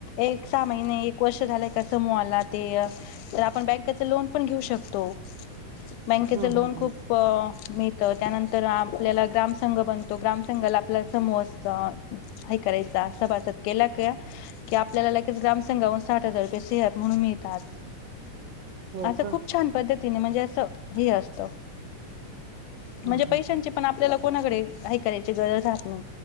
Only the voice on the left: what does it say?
एक सहा महिने एक वर्ष झालय का समजूहाला ते तर आपण बँकच लोन पण घेऊ शकतो. बँकेच
लोन
खूप मिळत त्यानंतर आपल्याला ग्राम संंघ बनतो ग्राम संंघाला आपल्या समूह असत. हाय करायचा सभासद केला का- कि आपल्याला लगेच ग्रामसंघाहून साठ हजार सहत म्हणून मिळतात
आता
खूप छान पद्धतीने म्हणजे अस हे असत.
म्हणजे
पैशांची
पण आपल्याला कोणाकडे <unintelligible> करायची गरज राहात नाय.